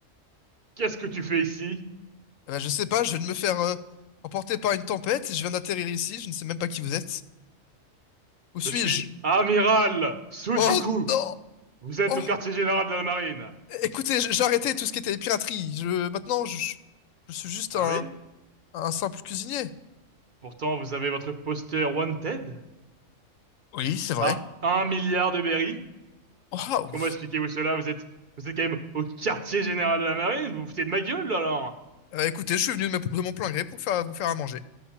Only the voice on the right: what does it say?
Qu'est-ce que tu fais ici?
Je suis amiral Sujuku.
Vous êtes
au quartier général de la marine.
Ah
oui?
Pourtant, vous avez votre poster Wanted
à un milliard de berries.
Comment expliquez-vous cela? Vous êtes, vous êtes quand même au quartier général de la marine? Vous vous foutez de ma gueule, alors?